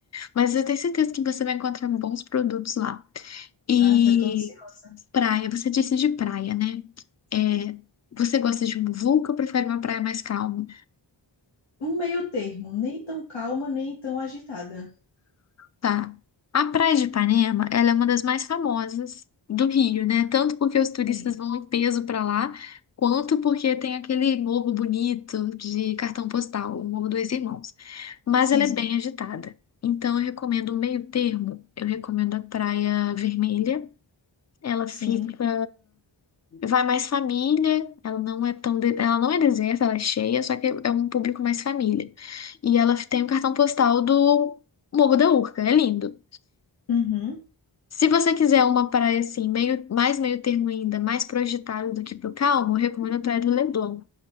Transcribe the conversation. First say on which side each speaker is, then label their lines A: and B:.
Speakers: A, on the left; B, on the left.
A: Mas eu tenho certeza que você vai encontrar bons produtos lá. E
B: Ah, já tô ansiosa.
A: praia, você disse de praia, né?
B: Sim.
A: É, você gosta de muvuca ou prefere uma praia mais calma?
B: Um meio termo, nem tão calma, nem tão agitada.
A: Tá. A Praia de Ipanema, ela é uma das mais famosas do Rio, né? Tanto porque os turistas
B: Sim,
A: vão em peso pra lá, quanto porque tem aquele morro bonito de cartão postal, o Morro dos Irmãos. Mas
B: sim,
A: ela é bem agitada. Então, eu recomendo o meio termo. Eu recomendo a Praia Vermelha. Ela
B: sim.
A: fica Vai mais família, ela não é tão, de- ela não é deserta, ela é cheia, só que é um público mais família. E ela tem o cartão postal do Morro da Urca, é lindo.
B: Uhum,
A: Se você quiser uma praia assim, meio, mais meio termo ainda, mais pro agitado do que pro calmo, eu recomendo a Praia do Leblon.